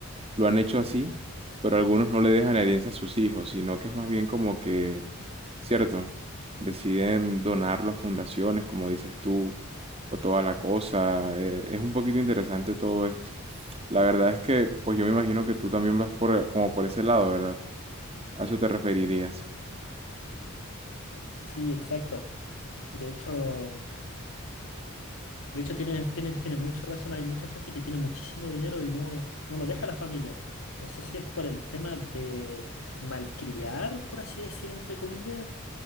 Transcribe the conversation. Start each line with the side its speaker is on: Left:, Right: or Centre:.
Right: Lo han hecho así, pero algunos no le dejan herencia a sus hijos, sino que es más bien como que, cierto, deciden donarlo a fundaciones, como dices tú, o toda la cosa. eh, es un poquito interesante todo esto. La verdad es que, pues yo me imagino que tú también vas por, como por ese lado, ¿verdad? A eso te referirías.
Left: Sí, exacto. De hecho, de hecho tienes, tienes, tienes mucha razón. Hay mucha gente que tiene muchísimo dinero y no, no lo deja a la familia. No sé si es por el tema de malcriar, por así decir, entre comillas,